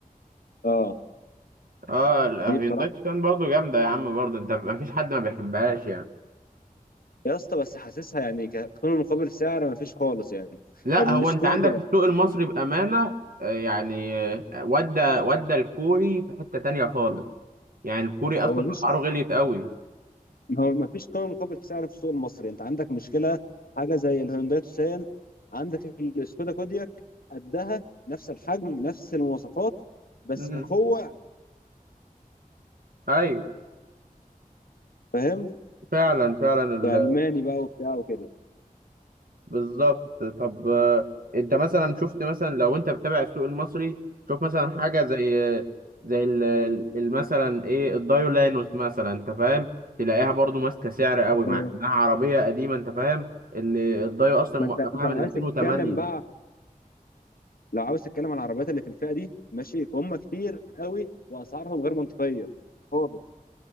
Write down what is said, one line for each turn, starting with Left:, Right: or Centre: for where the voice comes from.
Left: اه
Right: اه الهيونداي
Left: دي بصراحة
Right: توشان برضه جامده يا عم برضه انت ما فيش حد ما بيحبهاش يعني
Left: يا اسطى بس حاسسها يعني كقيمة مقابل سعر ما فيش خالص يعني
Right: لا
Left: السكودا
Right: هو انت عندك السوق المصري بامانه آه، يعني آه، ودى ودى الكوري في حته تانية خالص يعني الكوري اصلا
Left: هو مفيش
Right: اسعاره غليت قوي
Left: هو ما فيش قيمة مقابل سعر في السوق المصري انت عندك مشكلة حاجة زي الهونداي توسان عندك السكودا كودياك قدها نفس الحجم نفس المواصفات بس
Right: امم
Left: كقوة
Right: اي
Left: فاهم
Right: فعلا فعلا ال-
Left: كألماني بقى وبتاع وكده
Right: بالظبط طب آه، انت مثلا شفت مثلا لو انت بتتابع السوق المصري شوف مثلا حاجه زي آه، زي ال- ال- مثلا ايه الدايولانوس مثلا انت فاهم تلاقيها برضو ماسكه سعر قوي مع
Left: اه.
Right: انها عربيه قديمه انت فاهم اللي الدايو اصلا
Left: ما
Right: موقفها
Left: انت انت لو
Right: من
Left: عايز
Right: 2008
Left: تتكلم بقى لو عاوز تتكلم عن العربيات اللي في الفئة دي ماشي فهم كتير قوي واسعارهم غير منطقية خالص